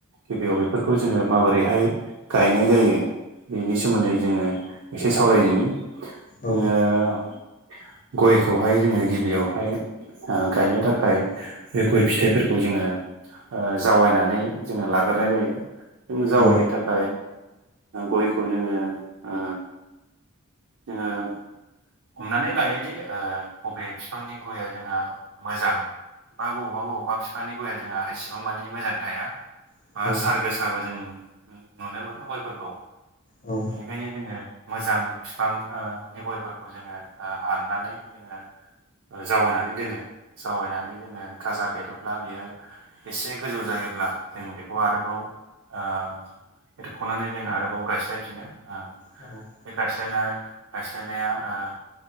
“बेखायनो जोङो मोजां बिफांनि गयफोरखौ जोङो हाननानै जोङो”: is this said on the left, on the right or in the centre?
Right